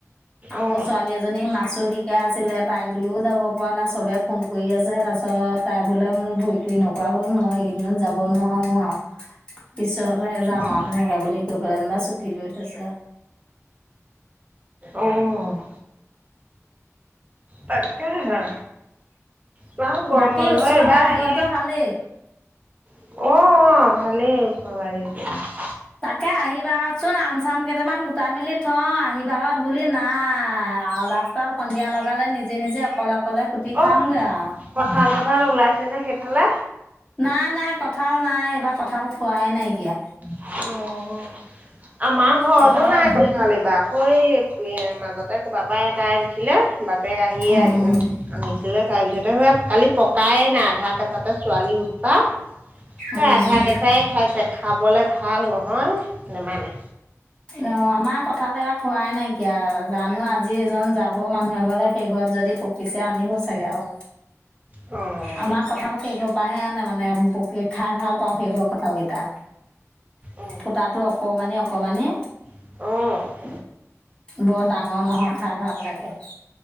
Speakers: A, on the left (about 20°); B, on the right (about 30°).
A: আকৌ
B: অঁ
A: ছোৱালী এজ জনীক নাচো শিকাই আছিলে, তাই গলেও যাব পৰা নাই, চবে ফোন কৰি আছে তাৰপিছত তাই বোলে মোৰ ভৰিতো এনেকুৱা হ'ল, মই এইকেইদিনত যাব নোৱাৰোঁ আউ। পিছতেহে যাম
B: অঁ
A: আউ, তেনেকে বুলি কৈ পেলাই যেনিবা ছুটি লৈ থৈছে।
B: অ', তা কেহে, বাউ গৰম
A: বাকী
B: বন্ধ
A: ওচৰৰ
B: এইবাৰ হেই
A: <unintelligible>
B: অ' অ, ভালেই <unintelligible>
A: তাকে আহিবাহঁত চোন, আম - চাম কেইটামান গোটাই মেলি থওঁ, আহিবাহঁত বুলি নাই আউ লাষ্ট টত সন্ধিয়া লগালে, নিজে নিজে অকলে অকলে কুটি খাওঁগে
B: অ
A: আউ।
B: কঁঠাল - চঠাল ওলাইছে নে সেইফালে?
A: নাই, নাই কঁঠাল নাই, এইবাৰ কঁঠাল খোৱাই নাইকিয়া।
B: অ', আমাৰ ঘৰটো
A: কঁঠাল
B: নাই কঁ ঠাল এইবাৰ, সৈ পি এ মাজতে ক'বাপা এটাই দিছিলে বাপেক আহিয়ে
A: উম
B: আনি এ আনিছিলে, তাৰপিছতে সৈয়া কালি পকাই নাই আধা কেঁচাতে ছোৱালী উৎপাত, সে
A: উম
B: আধা কেঁচাই খাইছে, খাবলে ভা ভাল নহয়, নেমানে।
A: অ' আমাৰ কঁঠাল এইবাৰ খোৱাই নাইকিয়া, জানো আজি এজন যাব মানুহ এঘৰলে, সেই ঘৰত যদি পক কিছে আনিব চাগে আৰু।
B: অ'।
A: আমাৰ কঁঠাল সেইঘৰ পাহে আনে মানে, পকী খাই ভাল পাওঁ সেইঘৰ কঁঠাল কেইটা।
B: অ
A: ফুটাটো অকমানি অকমানি।
B: অ'।
A: বৰ ডাঙৰ নহয়, খাই ভাল লাগে।